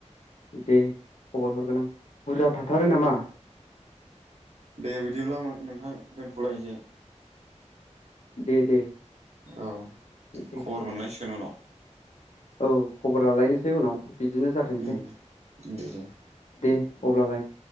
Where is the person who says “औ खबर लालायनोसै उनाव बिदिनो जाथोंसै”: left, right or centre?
Left